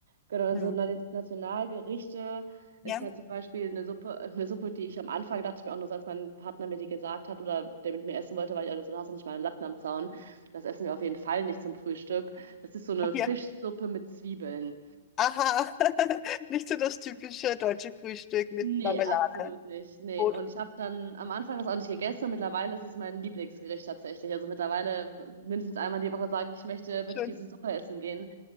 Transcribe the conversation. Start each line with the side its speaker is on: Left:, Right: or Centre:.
Right: Genau, und
Left: Hm.
Right: so Na- Nationalgerichte ist
Left: Ja,
Right: halt zum Beispiel eine Suppe, eine Suppe, die ich am Anfang dachte ich mir auch nur, so, als mein Partner mir die gesagt hat oder der mit mir essen wollte, weil ich also, du hast doch nicht mal einen Latten am Zaun. Das essen wir auf jeden Fall nicht zum Frühstück. Das ist so eine Fischsuppe
Left: ja.
Right: mit Zwiebeln.
Left: Aha, <laughs> nicht so das typische deutsche Frühstück mit
Right: Nee,
Left: Marmelade.
Right: absolut nicht. Nee,
Left: Brot.
Right: und ich habe dann am Anfang das auch nicht gegessen und mittlerweile ist es mein Lieblingsgericht tatsächlich. Also mittlerweile mindestens einmal die Woche sage ich, ich möchte bitte
Left: Schön.
Right: diese Suppe essen gehen.